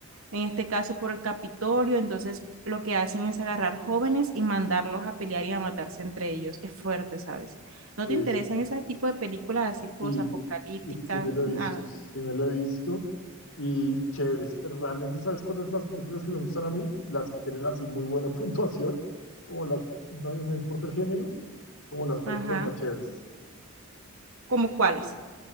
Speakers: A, on the right; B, on the left.
A: en este caso, por el Capitolio. Entonces, lo que hacen es agarrar jóvenes y mandarlos a pelear y a matarse entre ellos. Es fuerte, ¿sabes? ¿No
B: Eh,
A: te interesan
B: sí, sí.
A: ese tipo de películas así posapocalíptica?
B: Y, y sí me lo
A: Nada.
B: he visto, sí me lo he visto. Y chéveres, pero realmente ¿sabes cuáles las películas que me gustan a mí? Las que tienen así muy buena <laughs> puntuación, como las, no, no importa el género, como las películas
A: Ajá.
B: más chéveres.
A: ¿Como cuáles?